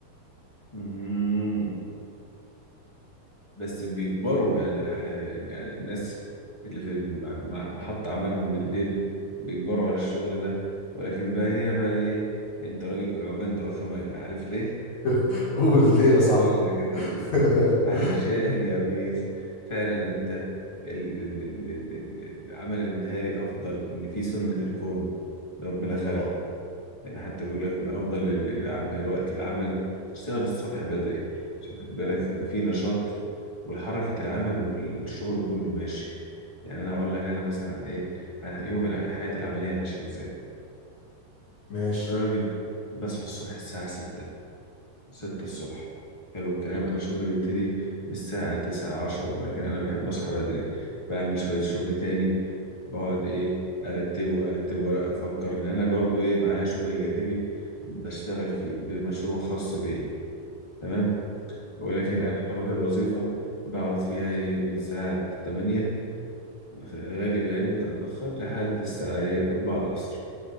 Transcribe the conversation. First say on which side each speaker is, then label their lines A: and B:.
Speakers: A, on the left; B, on the left.
A: مم. بس بيكبروا يعني الح... يعني الناس اللي في مع- مع- محط عملهم بالليل بيكبروا على الشغل ده، ولكن بقى هنا بقى إيه؟ أنت راجل العبان ده عثمان، عارف ليه؟
B: <laughs> قول ليه
A: <laughs> هقول
B: يا صاحبي
A: لك أنا ليه.
B: <laughs>
A: علشان يا ريس فعلا انت ال- ال- ال- ال- ال- العمل النهاري افضل ان في سنة الكون ربنا
B: الله
A: خلق يعني حتى بيقول لك من افضل ال- العم- الوقت العمل تشتغل الصبح بدري عشان خد بالك يبقى في نشاط والحركة العمل والشغل كله ماشي يعني انا اقول لك انا مثلا عن ايه عن يوم الع- حياتي العملية ماشية ازاي
B: ماشي
A: أنا راجل بصحى الصبح الساعة 6 ستة الصبح حلو الكلام أنا شغلي بيبتدي من الساعة تسعة عشرة ولكن أنا بحب أصحى بدري بعمل شوية شغل تاني بقعد إيه أرتبه أرتب ورق أفكر إن أنا برضو إيه معايا شغل جانبي بشتغل فيه بمشروع خاص بيا تمام ولكن
B: تمام
A: أنا بروح الوظيفة بقعد فيها إيه من الساعة تمانية في الغالب يعني ممكن أتأخر لحد الساعة إيه أربعة العصر